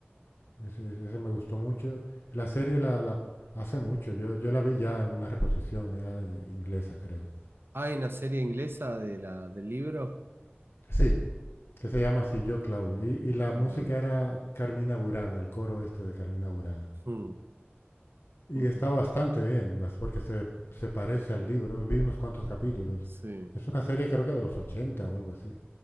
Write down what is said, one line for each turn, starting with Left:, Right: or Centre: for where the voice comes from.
Left: Ese, ese- me gustó mucho. La serie la, la- hace mucho. Yo, yo la vi ya en una reposición, era inglesa, creo.
Right: Hay una serie inglesa de la, del libro,
Left: Sí, que se llama así, Yo Claudio. Y, y la
Right: yo
Left: música
Right: creo.
Left: era Carmina Burana, el coro este de Carmina Burana.
Right: Mm,
Left: Y
Right: mhm.
Left: está bastante bien, bas- porque se, se parece al libro. Vi unos cuantos capítulos.
Right: Sí.
Left: Es una serie creo que de los 80 o algo así.